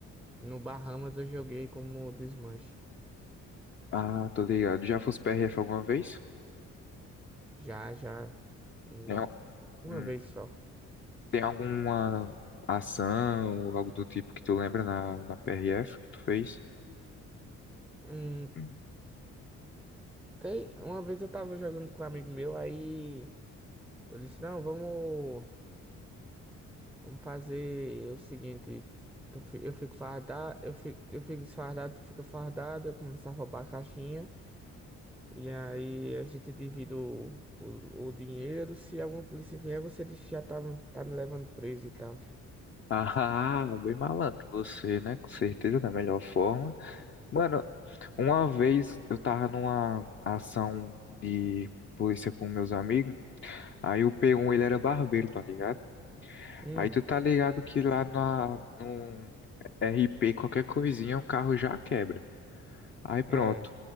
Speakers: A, in the centre; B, on the left.
A: No Bahamas eu joguei como desmanche.
B: Ah, tô ligado. Já fosse PRF alguma vez?
A: Já, já, hum,
B: Tem, al-
A: uma
B: hum.
A: vez só.
B: Tem alguma ação ou algo do tipo que tu lembra na, na PRF que tu fez?
A: Hum,
B: Hum.
A: tem, uma vez eu tava jogando com um amigo meu, aí eu disse, não, vamos, vamos fazer o seguinte, tu fi- eu fico fardado, eu fico, eu fico desfardado, tu fica fardado, eu começo a roubar a caixinha, e aí a gente divide o, o, o dinheiro, se alguma polícia vier, você diz que já tá, tá me levando preso e tal.
B: Ah, bem malandro você, né? Com certeza, da melhor forma. Mano, uma vez eu tava numa ação de polícia com meus amigos, aí o p um, ele era barbeiro, tá ligado?
A: Hum,
B: Aí tu tá ligado que lá na, no RP, qualquer coisinha, o carro já quebra. Aí pronto.
A: é.